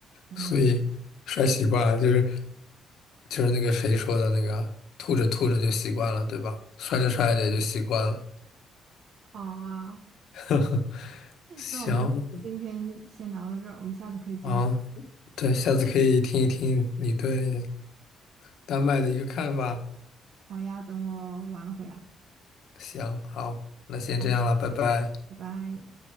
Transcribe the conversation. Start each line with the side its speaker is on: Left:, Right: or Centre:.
Right: 嗯，
Left: 所以摔习惯了，就是就是那个谁说的那个，吐着吐着就习惯了，对吧？摔着摔着也就习惯了。
Right: 好啊，
Left: <laughs> 行
Right: 那我们今天先聊到这儿，我们下次可以接着聊。
Left: 啊，对，下次可以听一听你对丹麦的一个看法。
Right: 好呀，等我完了回来。
Left: 行，好，那先这样了，
Right: 好，
Left: 拜拜。
Right: 拜拜。